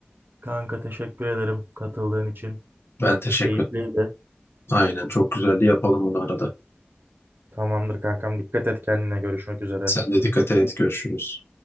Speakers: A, on the right; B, on the left.
A: Kanka teşekkür ederim katıldığın için.
B: Ben teşekkür
A: Keyifliydi.
B: Aynen çok güzeldi yapalım bunu arada.
A: Tamamdır kankam dikkat et kendine görüşmek üzere.
B: Sen de dikkat et görüşürüz.